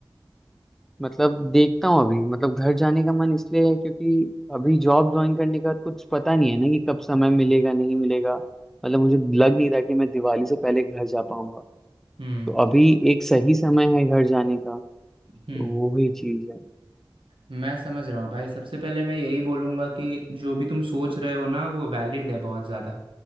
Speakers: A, in the centre; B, on the right.
A: मतलब देखता हूँ अभी मतलब घर जाने का मन इसलिए है क्योंकि अभी जॉब ज्वाइन करने का कुछ पता नहीं है ना कि कब समय मिलेगा नहीं मिलेगा मतलब मुझे लग नहीं रहा कि मैं दिवाली से पहले घर जा पाऊंगा
B: हम्म
A: तो अभी एक सही समय है घर जाने का तो
B: हम्म
A: वो ही चीज है
B: मैं समझ रहा हूँ भाई सबसे पहले मैं यही बोलूँगा कि जो भी तुम सोच रहे हो ना वो वैलिड है बहुत ज़्यादा